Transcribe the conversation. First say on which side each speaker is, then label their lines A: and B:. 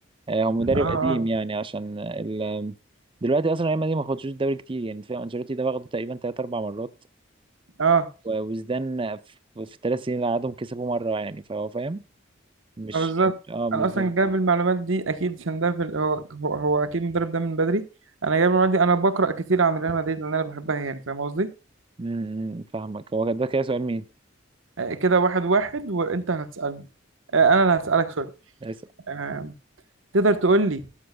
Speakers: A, on the right (about 25°); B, on the right (about 80°).
A: آه، هو مدرب
B: اه اه
A: قديم يعني عشان آه، ال دلوقتي اصلا ريال مدريد ما خدتش الدوري كتير يعني فاهم انشيلوتي ده واخده تقريبا تلات اربع مرات
B: اه
A: و- وزدان في في الثلاث سنين اللي قعدهم كسبوا مرة يعني فهو فاهم مش
B: آه، بالظبط
A: اه مش
B: انا اصلا
A: ده
B: جايب المعلومات دي اكيد عشان ده في ال- هو هو هو اكيد المدرب ده من بدري انا جايب المعلومات دي انا بقرا كتير عن ريال مدريد لان انا بحبها يعني فاهم قصدي
A: م- م، فاهمك هو ده كده سؤال مين
B: آه، كده واحد واحد وانت هتسألني آه، انا اللي هسألك سوري
A: بس
B: آه، تقدر تقول لي